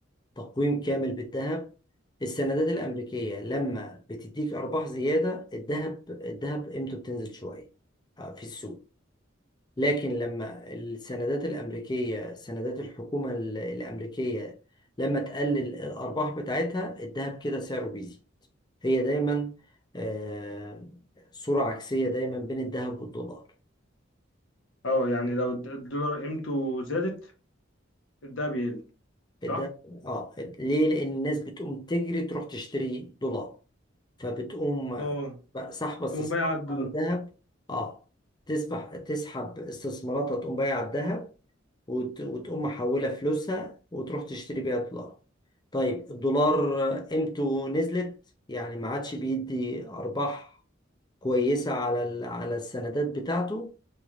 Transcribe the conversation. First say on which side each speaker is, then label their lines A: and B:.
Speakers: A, on the left (about 20°); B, on the left (about 80°).
A: تقويم كامل بالذهب السندات الأمريكية لما بتديك أرباح زيادة الذهب الذهب قيمته بتنزل شوية آه، في السوق لكن لما السندات الأمريكية سندات الحكومة ال- الأمريكية لما تقلل الأرباح بتاعتها الذهب كده سعره بيزيد هي دايما آه، صورة عكسية دايما بين الذهب والدولار
B: اه يعني لو الد- الدولار قيمته زادت الدهب يقل صح
A: الذهب اه ليه لأن الناس بتقوم تجري تروح تشتري دولار فبتقوم
B: اه
A: بقى سحب استثماراتها
B: تقوم بايع الدولار
A: من الذهب اه تسبح تسحب استثماراتها تقوم بايعة الذهب وت... وتقوم محولة فلوسها وتروح تشتري بيها دولار طيب الدولار قيمته نزلت يعني ما عادش بيدي أرباح كويسة على ال... على السندات بتاعته